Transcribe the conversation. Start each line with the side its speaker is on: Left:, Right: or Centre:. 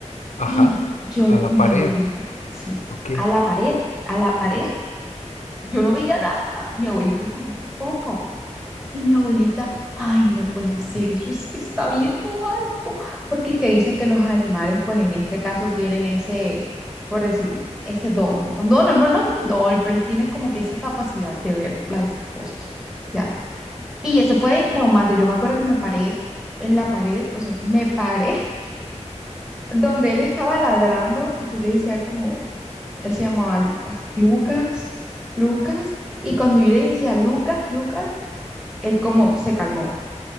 Left: Ajá,
Centre: Y yo,
Left: a la
Centre: mi
Left: pared.
Centre: abuelita, sí,
Left: Ok.
Centre: a
Left: <laughs>
Centre: la pared, a la pared. Yo no veía nada, mi abuelita tampoco. Y mi abuelita, ay, no puede ser, eso es- está viendo algo, porque es que dicen que los animales, pues en este caso, tienen ese, por decir, ese don, un don, hermano, no es un don, pero es- tienen como que esa capacidad de ver la- esas cosas, ¿ya? Y eso fue traumante, yo me acuerdo que me paré en la pared, o sea, me paré <laughs> donde él estaba ladrando, y yo le decía como, él se llamaba Lucas, Lucas, Lucas, y cuando yo le decía Lucas, Lucas, él como se calmó.